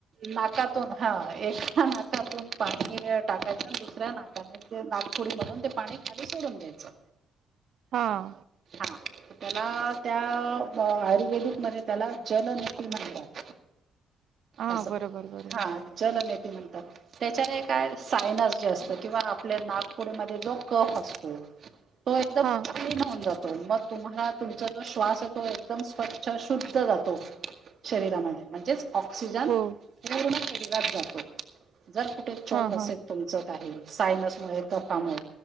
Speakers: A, on the right (about 55°); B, on the right (about 65°).
A: ना कातून हा एका नाकातून पाणी टाकायच आणि दुसऱ्या नाकाने ते नाकपुडी मधून पण ते पाणी खाली सोडून द्यायचं.
B: हां,
A: हा त्याला त्या आयुर्वेदिकमध्ये त्याला जल नती म्हणतात.
B: हां.
A: असं.
B: बरोबर, बरोबर.
A: हा जलनेती म्ह तात. त्याच्याने काय सायनस जे असत किंवा आपल्या नाकपुडीमध्ये जो कफ असतो तो एकदम
B: हां,
A: क्लीन होऊन जातो. मग तुम्हाला तुमचा जो श्वास आहे तो एकदम स्वच्छ शुद्ध जातो. शरीरामध्ये. म्हणजे ऑक्सिजन
B: हो.
A: पूर्ण शरीरात जातो. जर कुठे चोक
B: हां,
A: असेल
B: हां.
A: तुमचं काही सायनसमुळे, कफामुळे